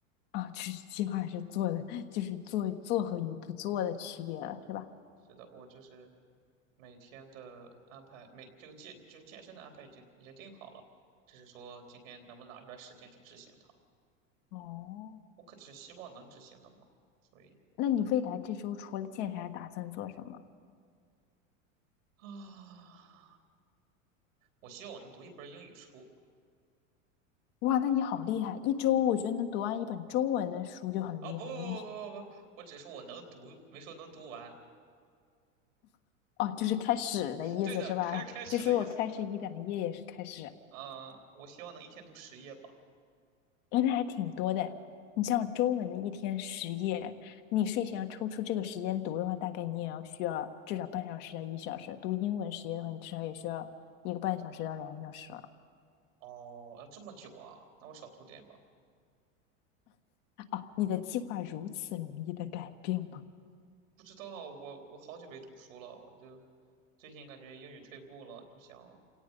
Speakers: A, on the left (about 60°); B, on the right (about 75°).
A: 啊，就是计划是做的，就是做做和与不做的区别了，是吧？
B: 是的，我就是每天的安排，每这个健就是健身的安排已经已经定好了，只是说今天能不能拿出来时间去执行它，
A: 哦，
B: 我可只是希望能执行的嘛，所以
A: 那你未来这周除了健身，还打算做什么？
B: 啊，我希望我能读一本英语书。
A: 哇，那你好厉害！一周我觉得能读完一本中文的书就很厉害了。
B: 啊、不不不不不不，
A: 你是
B: 我只说我能读，没说能读完。
A: 哦，就是开始的意思是吧？
B: 对的，开开始的意思。
A: <laughs> 就是我开始一两页也是开始，
B: 嗯、我希望能一天读十页吧。
A: 哎，那还挺多的。你像中文的一天十页，你睡前要抽出这个时间读的话，大概你也要需要至少半小时到一小时。读英文十页的话，你至少也需要一个半小时到两个小时了。
B: 哦，要这么久啊？那我少读点吧。
A: 哦，你的计划如此容易的改变吗？
B: 不知道，我我好久没读书了，我就最近感觉英语退步了，就想